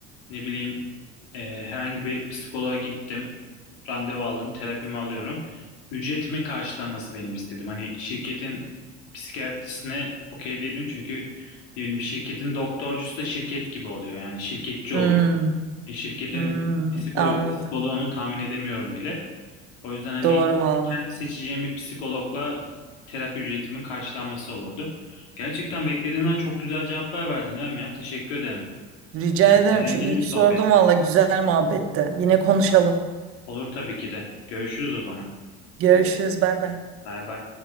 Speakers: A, on the left; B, on the right.
A: ne bileyim e, herhangi bir psikoloğa gittim, randevu aldım, terapimi alıyorum. Ücretimin karşılanması benim istediğim. Hani şirketin psikiyatrisine okey değilim çünkü ne bileyim şirketin doktorcusu da şirket gibi oluyor. Yani şirketçi
B: He.
A: oluyor.
B: Hmm,
A: E, şirketin
B: hmm,
A: psikolo
B: anladım.
A: psikoloğunu tahmin edemiyorum bile. O yüzden hani
B: Doğru valla.
A: kendi seçeceğim bir psikologla terapi ücretimin karşılanması olurdu. Gerçekten beklediğimden çok güzel cevaplar verdin Rem ya. Teşekkür ederim.
B: Rica ederim.
A: Eğlenceli
B: Şu iyi
A: bir
B: ki
A: sohbetti.
B: sordum valla güzel muhabbette. Yine konuşalım.
A: Olur tabii ki de. Görüşürüz o zaman.
B: Görüşürüz. Bay bay.
A: Bay bay.